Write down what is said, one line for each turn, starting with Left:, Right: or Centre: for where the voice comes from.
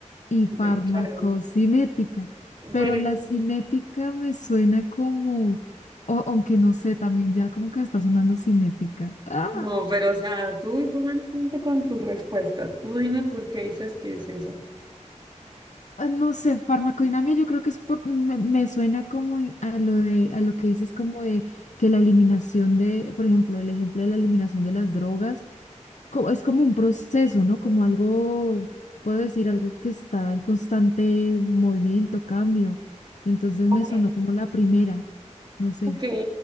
Left: y farmacocinética,
Right: Eh, Claro,
Left: pero
Right: pero
Left: la cinética me suena como, o, aunque no sé, también ya como que me está sonando cinética. Ah,
Right: no, pero o sea, tú, tú mantente con tu respuesta. Tú dime por qué dices que es esa.
Left: ah, no sé, farmacodinamia yo creo que es por, me, me suena como en- a lo de, a lo que dices como de que la eliminación de, por ejemplo, el ejemplo de la eliminación de las drogas co- es como un proceso, ¿no? Como algo, puedo decir, algo que está en constante movimiento, cambio. Entonces
Right: Ok,
Left: me sonó como la primera, no sé.
Right: ok,